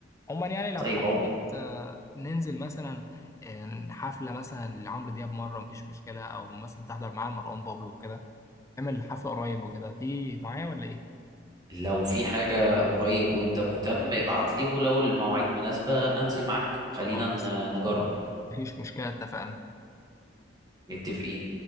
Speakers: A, on the left; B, on the right.
A: عموما يعني لو
B: طيب
A: حبيت
B: أو
A: آه، ننزل مثلا آه، حفله مثلا لعمرو دياب مره مفيش مشكله او مثلا تحضر معايا مروان بابلو وكده نعمل حفله قريب وكده تيجي معايا ولا ايه
B: لو في حاجة قريب وأنت مهتم ابعت لي ولو المواعيد مناسبة أنزل معاك خلينا
A: خالص
B: ن- نجرب
A: مفيش مشكله اتفقنا
B: متفقين